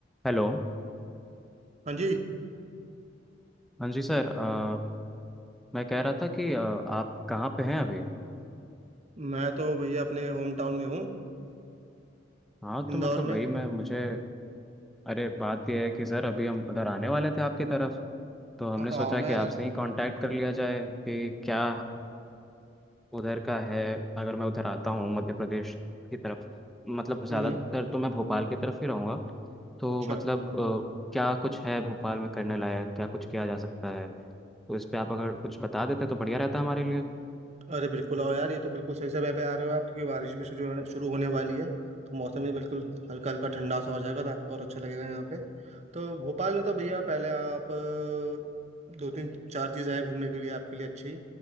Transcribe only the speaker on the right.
हाँ जी
मैं तो भैया अपने होम टाउन में हूँ
इंदौर
में
हाँ तो
आओ ना
यार
हम्म
अच्छा
अरे बिल्कुल आओ यार ये तो बिल्कुल सही समय पे आ रहे हो आप क्योंकि बारिश भी शुरू होने शुरू होने वाली है तो मौसम भी बिल्कुल हल्का हल्का ठंडा सा हो जाएगा तो आपको और अच्छा लगेगा यहाँ पे तो भोपाल में तो भैया पहले आप अ, दो तीन चार चीज़ें हैं घूमने के लिए आपके लिए अच्छी